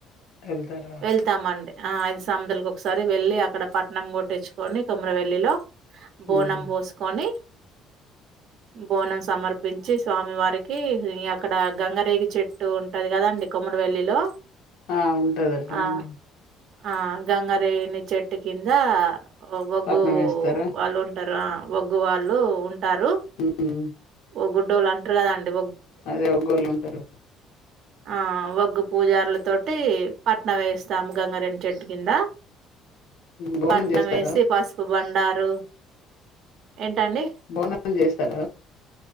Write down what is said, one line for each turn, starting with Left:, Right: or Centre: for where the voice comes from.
Left: వెళ్తారా
Right: వెళ్తామండి ఆ ఐదు సంముదులకి ఒకసారి వెళ్లి అక్కడ పట్నం కొట్టిచ్చుకొని కొమురవెల్లిలో బోనం
Left: ఉమ్.
Right: బోసుకొని బోనం సమర్పించి స్వామి వారికి, అక్కడ గంగరేగి చెట్టు ఉంటది కదండి కొమురవెల్లిలో
Left: ఆ ఉంటదట
Right: ఆ!
Left: అండి
Right: ఆ గంగరేగిని చెట్టు కింద ఒగ్గు
Left: పట్నం వేస్తారా
Right: వళ్ళు ఉంటరు ఆ ఒగ్గు వాళ్ళు ఉం టారు
Left: మ్మ్ హ్మ్
Right: ఒగ్గుడ్డోళ్ళు అంటరు కదండి
Left: అదే ఒగ్గోళ్ళు ఉంటరు
Right: ఆ వగ్గు పూజరులతోటి పట్నం వేస్తాము గంగారేణి చెట్టు కింద
Left: బోనం
Right: పట్నామేసీ
Left: చేస్తారా
Right: పసుపు బండారు ఏంటండి
Left: బోనాలు చేస్తరా